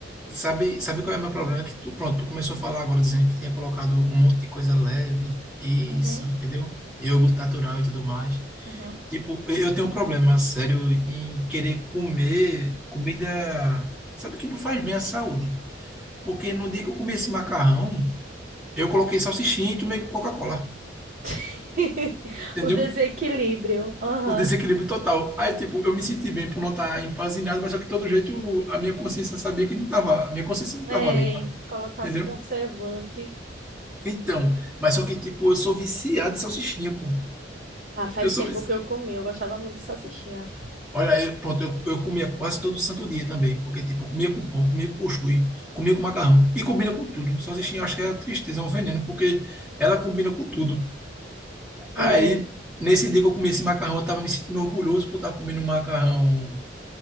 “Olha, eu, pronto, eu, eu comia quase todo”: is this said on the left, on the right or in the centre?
Centre